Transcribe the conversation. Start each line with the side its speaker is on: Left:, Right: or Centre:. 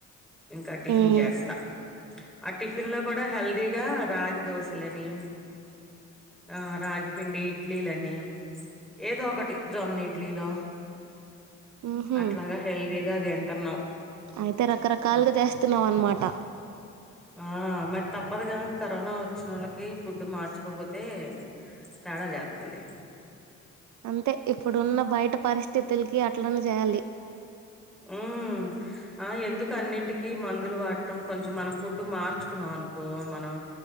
Centre: ఇంకా టిఫిన్
Right: ఉమ్
Centre: చేస్తా. ఆ టిఫిన్ లో కూడా హెల్దీగా రాగి దోశ లని ఆ రాగిపిండి ఇడ్లీలని ఏదో ఒకటి. జొన్న ఇడ్లీలో
Right: ఉహు
Centre: అట్లాగా హెల్దీగా తింటున్నాం.
Right: అయితే రకరకాలుగా
Centre: అది
Right: చేస్తున్నావు అన్నమాట.
Centre: ఆ మరి తప్పదుగా కరోనా వచ్చినోళ్ళకి ఫుడ్ మార్చుకోపోతే తేడా జాత్తుంది.
Right: అంతే ఇప్పుడున్నా బయట పరిస్థితులకి అట్లనే చేయాలి.
Centre: హ్ హ్ ఆ ఎందుకు అన్నింటికి మందులు వాడటం కొంచెం మనం ఫుడ్డు మార్చుకున్నాం అనుకో మనం